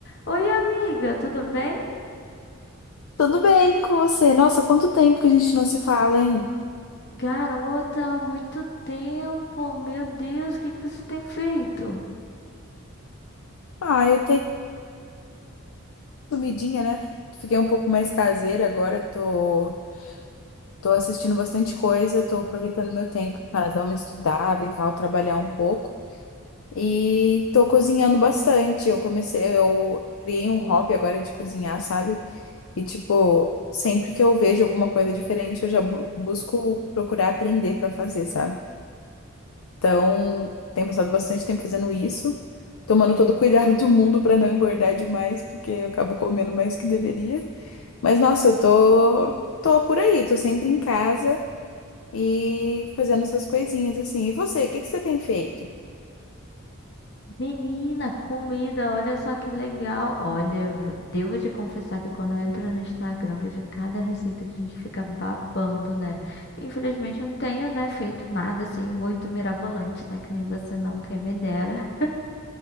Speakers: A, on the left (about 50°); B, on the left (about 70°).
A: Oi, amiga, tudo bem?
B: Tudo bem com você? Nossa, quanto tempo que a gente não se fala, hein?
A: Garota, há muito tempo. Meu Deus, o que que você tem feito?
B: Ah, eu tenho sumidinha, né? Fiquei um pouco mais caseira agora, tô, tô assistindo bastante coisa, tô aproveitando meu tempo para dar uma estudada e tal, trabalhar um pouco. E tô cozinhando bastante. Eu comecei, eu criei um hobby agora de cozinhar, sabe? E tipo, sempre que eu vejo alguma coisa diferente, eu já bu- busco procurar aprender para fazer, sabe? Então, tenho passado bastante tempo fazendo isso, tomando todo o cuidado do mundo para não engordar demais, porque eu acabo comendo mais que deveria. Mas nossa, eu tô tô por aí, tô sempre em casa e fazendo essas coisinhas assim. E você, o que que você tem feito?
A: Menina, comida, olha só que legal. Olha, v- devo te confessar que quando eu entro no Instagram, eu vejo cada receita que a gente fica babando, né? Infelizmente, eu não tenho, né, feito nada assim muito mirabolante, né? Que nem você não, quem me dera.